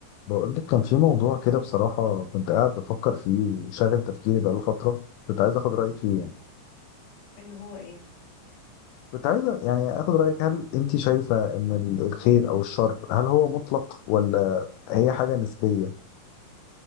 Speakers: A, on the left; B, on the left.
A: بقول لك كان في موضوع كده بصراحة كنت قاعد بفكر فيه وشاغل تفكيري بقاله فترة كنت عايز اخد رأيك فيه يعني
B: اللي هو ايه
A: كنت عايز يعني اخد رأيك هل انت شايفة ان ال- الخير او الشر هل هو مطلق ولا هي حاجة نسبية